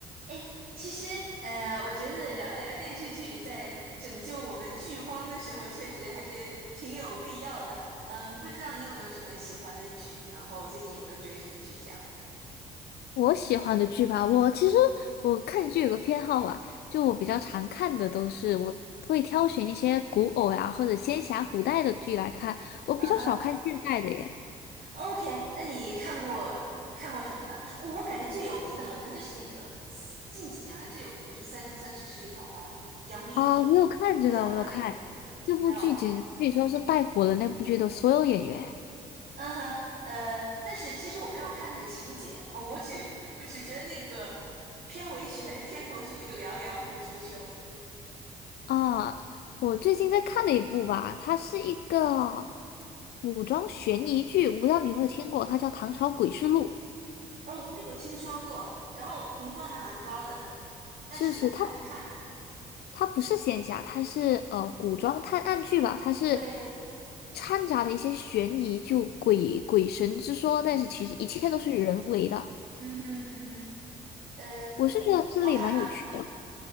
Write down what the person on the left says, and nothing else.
我喜欢的剧吧，我其实我看剧有个偏好啊，就我比较常看的都是我会挑选一些古偶呀、或者仙侠古代的剧来看，我比较少看现代的耶。
啊，我有看这个，
我有看这部剧简直可以说是带火了那部剧的所有演员
啊。我最近在看的一部吧，它是一个古装悬疑剧，我不知道你有没有听过，它叫《唐朝诡事录》。
是是，它它不是仙侠，它是呃古装探案剧吧，它是
掺杂了一些悬疑，就鬼鬼神之说，但是其实一切都是人为的。
我是觉得这类蛮有趣的，